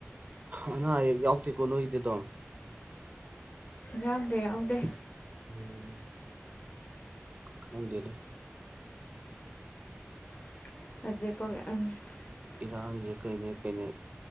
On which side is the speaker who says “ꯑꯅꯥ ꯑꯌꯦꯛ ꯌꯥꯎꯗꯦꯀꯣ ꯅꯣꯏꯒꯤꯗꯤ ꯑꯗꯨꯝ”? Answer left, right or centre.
Right